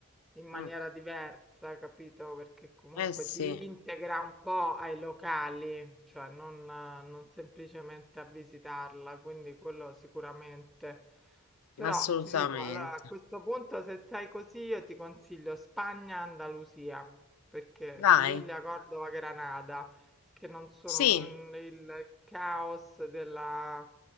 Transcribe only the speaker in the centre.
in maniera
diversa, capito? Perché comunque
ti integra un po' ai locali, cioè non, eh, non semplicemente a visitarla, quindi quello sicuramente. Però
ti dico, allora a questo punto se sei così io ti consiglio Spagna, Andalusia, perché
Siviglia, Cordova, Granada, che non sono
n- il caos della,